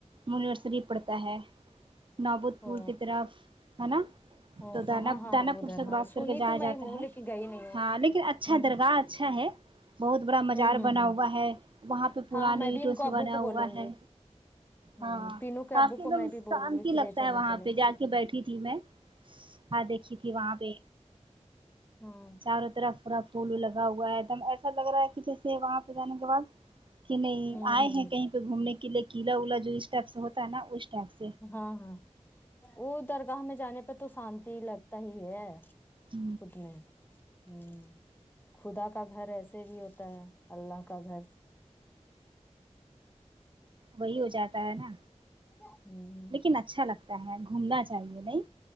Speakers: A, on the right; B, on the left.
A: منیر شریف پڑتا ہے نوبود
B: او
A: پور کی طرف ہے نا
B: او
A: تو دانا
B: ہاں ہاں ہاں
A: دانا
B: ہاں
A: پور
B: ادھر
A: سے
B: ہاں
A: کراس
B: سنی
A: کر کے جایا
B: تو میں
A: جاتا
B: ہوں
A: ہے
B: لیکن گئی نہیں ہوں
A: ہاں لیکن اچھا
B: ہوں
A: درگاہ
B: ہوں
A: اچھا ہے بہت بڑا مزار
B: ہوں ہوں
A: بنا
B: ہوں
A: ہوا ہے وہاں پے پرانے
B: ہاں میں
A: اینٹوں
B: بھی ان کو
A: سے
B: ابو
A: بنا
B: کو
A: ہوا
B: بولوں
A: ہے
B: گی ہوں
A: ہاں
B: پینو کے
A: کافی
B: ابو
A: ایک
B: کو
A: دم
B: میں بھی بولوں
A: سانتی
B: گی کہ
A: لگتا
B: لے چلنے
A: ہے وہاں
B: کے لیے
A: پے جا کے بیٹھی تھی میں ہاں دیکھی تھی وہاں پے
B: ہاں
A: چارو ترف فرف پھول لگا ہوا ہے ایک دم ایسا لگ رہا ہے کی جیسے وہاں پے جانے کے بعد کی نہیں
B: ہوں
A: ائے
B: ہوں
A: ہیں کہیں پے گھومنے کے لیے کیلا ویلا جو اسٹپس ہوتا ہے نا اس ٹیپس
B: ہاں ہاں وہ درگاہ میں جانے پے تو شانتی لگتا ہی ہے
A: ہ
B: ہمم ہمم خدا کا گھر ایسے بھی ہوتا ہے الله کا گھر
A: وہی ہو جاتا ہے نا
B: ہوں
A: لیکن اچھا لگتا ہے گھومنا چاہیے نہیں